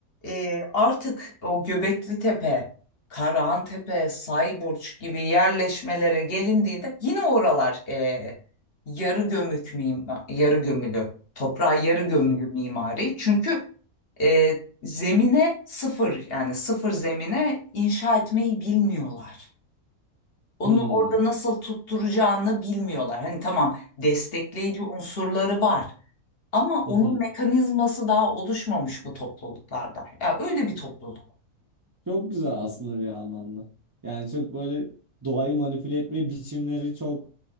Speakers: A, on the left (about 50°); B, on the right (about 25°).
A: e, artık o Göbekli Tepe, Karahan Tepe, Sayburç gibi yerleşmelere gelindiğinde yine oralar e, yarı gömük mima, yarı gömülü, toprağa yarı gömülü
B: <laughs>
A: mimari. Çünkü e, zemine sıfır yani sıfır zemine inşa etmeyi bilmiyorlar. Onu
B: Hmm,
A: orada nasıl tutturacağını bilmiyorlar. Hani tamam destekleyici unsurları var ama
B: <laughs>
A: onun mekanizması daha oluşmamış bu topluluklarda. Ya öyle bir topluluk.
B: Çok güzel aslında bir anlamda. Yani çok böyle doğayı manipüle etme biçimleri çok